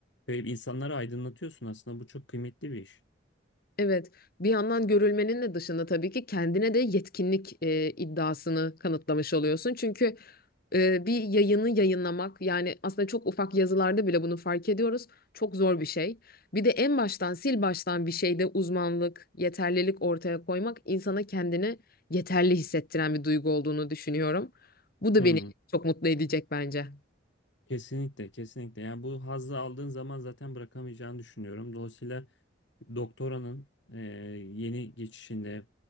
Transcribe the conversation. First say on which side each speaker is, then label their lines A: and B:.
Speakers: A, on the left (about 75°); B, on the left (about 55°).
A: ve insanları aydınlatıyorsun aslında bu çok kıymetli bir iş.
B: Evet, bir yandan görülmenin de dışında tabii ki kendine de yetkinlik e, iddiasını kanıtlamış oluyorsun. Çünkü e, bir yayını yayınlamak yani aslında çok ufak yazılarda bile bunu fark ediyoruz. Çok zor bir şey. Bir de en baştan sil baştan bir şeyde uzmanlık, yeterlilik ortaya koymak insana kendini yeterli hissettiren bir duygu olduğunu düşünüyorum. Bu da
A: Hmm,
B: beni çok mutlu edecek bence.
A: kesinlikle kesinlikle yani bu hazzı aldığın zaman zaten bırakamayacağını düşünüyorum. Dolayısıyla doktoranın e, yeni geçişinde